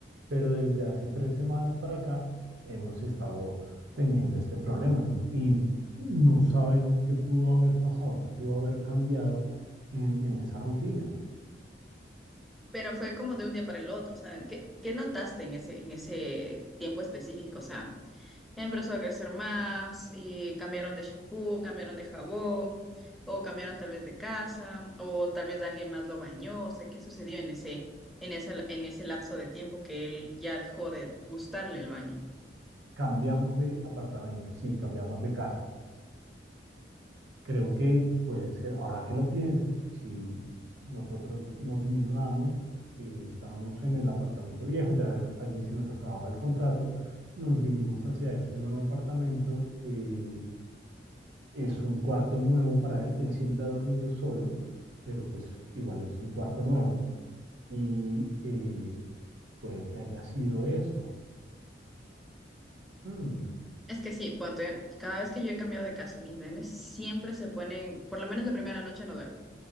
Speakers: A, on the right; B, in the centre.
A: Pero desde hace tres semanas para acá hemos estado teniendo este problema, ¿no? Y no sabemos qué pudo haber pasado, qué pudo haber cambiado en en esa rutina.
B: Pero fue como de un día para el otro, o sea, ¿qué, qué notaste en ese, en ese tiempo específico? O sea, empezó a crecer más, y cambiaron de shampoo, cambiaron de jabón, o cambiaron tal vez de casa, o tal vez alguien más lo bañó, o sea, ¿qué sucedió en ese, en ese, en ese lapso de tiempo que él ya dejó de gustarle el baño?
A: Cambiamos de apartamento, sí, cambiamos de casa. Creo que puede ser, ahora que lo pienso, si nosotros nos mudamos, eh, estábamos en el apartamento viejo, ya allí se nos acababa el contrato, nos vinimos hacia este nuevo apartamento, eh, es un cuarto nuevo para él, él siempre ha dormido solo, pero pues igual es un cuarto nuevo y eh, puede que haya sido eso. Mm.
B: Es que sí, ponte, cada vez que yo he cambiado de casa, mis nenes siempre se ponen, por lo menos la primera noche no duermo,